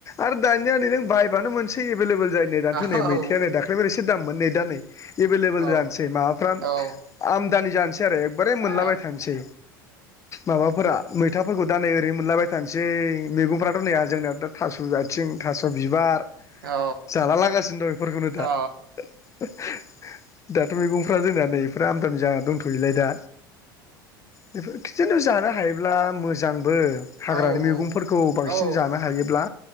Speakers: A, on the left (about 25°); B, on the right (about 75°).
A: आरो दानिया नै नों बाय बांनो मोनसै एभेलेबेल जायो दाथ
B: औ
A: नै मैथायानो दाख्लैफोर एसे दाममोन नै दा नै एभेलेबेल
B: औ
A: जानोसै माबाफ्रा
B: औ
A: आम दानि जानिसै <unintelligible> मोनलाबाय
B: औ
A: थानिसै माबा फोरा मैथाफोरखौ दा नै ओरैनो मोनलाबाय थानिसै जै मैगंफ्राथ' नेै जोंनिया जा थास' आथिं, थास' बिबार
B: अ
A: जाला लागासिनो दं बेफोरखौनो
B: अ।
A: दा <inaudible> दाथ' मैगंफ्रा जोंनाया नै आमदानि जा दंथयोनालाय दा बेफोरखौ खिन्थु जानो हायो। मोजां बो हाग्रानि
B: औ
A: मैगंफोरखौ बांसिन
B: औ
A: जानो हायोब्ला